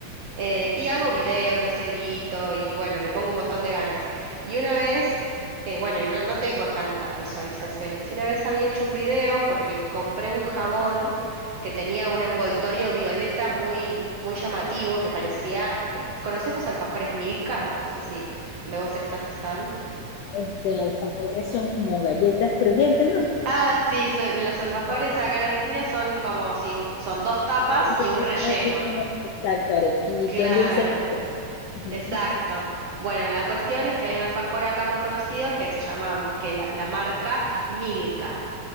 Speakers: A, on the right; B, on the left.
A: Eh, y hago videos, los edito y bueno, le pongo un montón de ganas. Y una vez, eh, bueno, y no, no tengo tantas visualizaciones. Y una vez había hecho un video porque compré un jabón que tenía un envoltorio violeta muy, muy llamativo que parecía. eh, ¿conocés los alfajores Milka? O no sé si donde vos estás están.
B: Este, alfajores son como galletas crujientes, ¿no?
A: Ah, sí, son- los alfajores
B: Ah,
A: acá en Argentina son como si u- son dos tapas
B: que contienen
A: y un relleno.
B: casi como, exacto, arequipe,
A: Claro.
B: un dulce. Ujú,
A: Exacto. Bueno, la cuestión es que hay un alfajor acá muy conocido que se llama, que la, la marca es Milka.